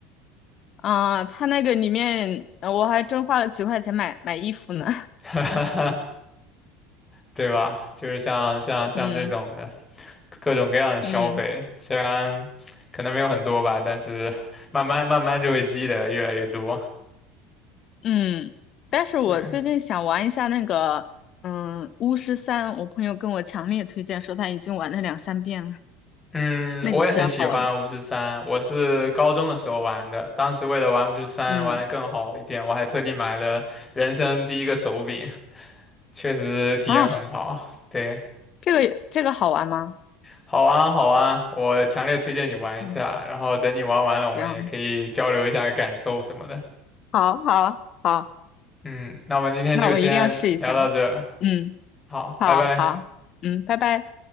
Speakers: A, on the left (about 45°); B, on the left (about 15°).
A: 啊，它那个里面，呃我还真花了几块钱买买衣服呢。
B: <laughs> 对吧？就是像像像这种的
A: <laughs> 嗯
B: 各种各样的消费，
A: 嗯
B: 虽然可能没有很多吧，但是慢慢慢慢就会积累越来越多，
A: 嗯，但是我最近想玩一下那个，
B: 对。
A: 嗯，巫师三，我朋友跟我强烈推荐说他已经玩了两三遍了，
B: 嗯，
A: 那个比较好玩。
B: 我也很喜欢巫师三，我是高中的时候玩的，当时为了玩巫师三玩的更好一点，
A: 嗯，
B: 我还特地买了人生第一个手柄，确实体验很好。
A: 啊，
B: 对，
A: 这个这个好玩吗？
B: 好啊好啊，我强烈推荐你玩一下，
A: 嗯，
B: 然后等你玩完了，我们也可以交流一下感受什么的。
A: 行，好，好，好，
B: 嗯，那我们今天就先聊到这儿
A: 那我一定要试一下。嗯。
B: 好，
A: 好好，
B: 拜拜。
A: 嗯，拜拜。